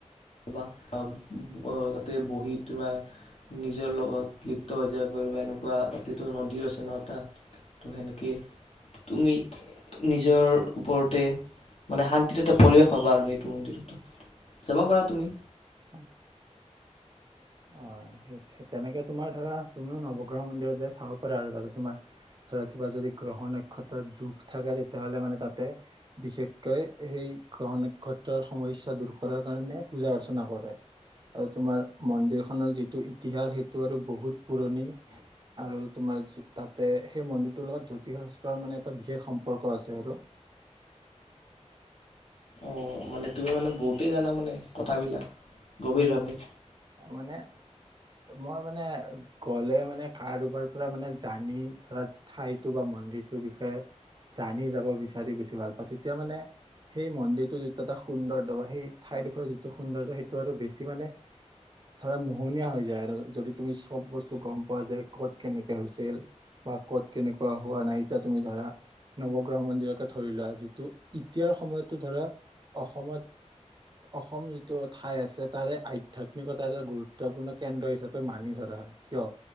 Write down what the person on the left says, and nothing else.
তাতে বহি তোমাৰ নিজৰ লগত লিপ্ত হৈ যাব পাৰিব এনেকুৱা তাতেতো নদীও আছে ন এটা ত' সেনেকে তুমি নিজৰ ওপৰতে মানে শান্তিত এটা পৰিৱেশ হবা আৰু সেইটো মন্দিৰতো যাব পাৰা তুমি
অ মানে তুমি মানে বহুতেই জানা মানে কথাবিলাক গভীৰভাৱে